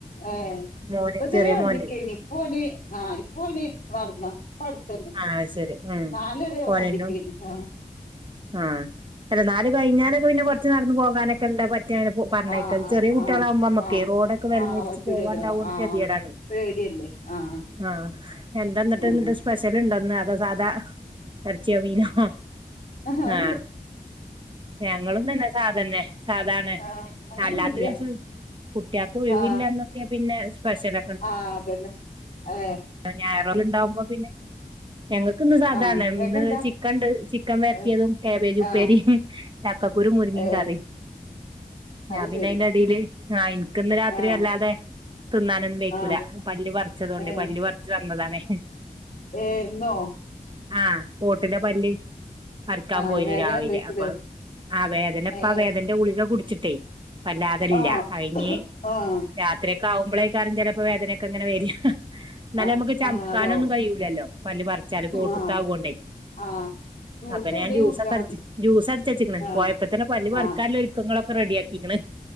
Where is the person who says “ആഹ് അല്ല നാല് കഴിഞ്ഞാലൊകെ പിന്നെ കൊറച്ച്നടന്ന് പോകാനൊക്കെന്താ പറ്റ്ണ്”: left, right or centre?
Right